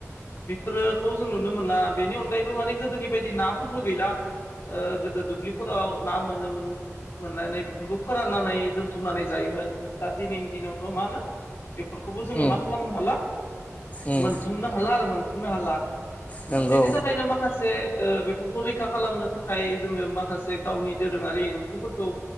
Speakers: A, on the left; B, on the left.
A: बेफोरखौ जों नुनो मोनला बेनि अनगायैबो माने गोदोनि बायदि नाफोरबो गैला ओ गोदो दुब्लि फोराव ना मोनोमोन मोननानै बेफोरखौ फोराननानै दोनथुमनानै जायोमोन दा दिनैनि दिनावथ' मा होनो बेफोरखौबो जोङो
B: उम
A: मा खालामनो हाला
B: उम
A: मोनथुमनो हाला आरो मोनफुंनो हाला।
B: नंगौ
A: बेनि थाखायनो माखासे ओ बेफोरखौ रैखा खालामनो थाखाय जोङो माखासे गावनि दोरोङारि ओंख्रिफोरखौ